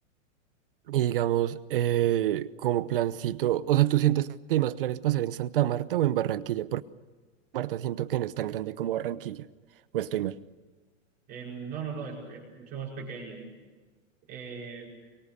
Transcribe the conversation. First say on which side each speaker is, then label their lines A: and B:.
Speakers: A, on the right; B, on the right.
A: Y digamos, eh, como plancito, o sea, ¿tú sientes que hay más planes para hacer en Santa Marta o en Barranquilla? Porque Marta siento que no es tan grande como Barranquilla. ¿O estoy mal?
B: En- no, no, no, es, es mucho más pequeña. Eh,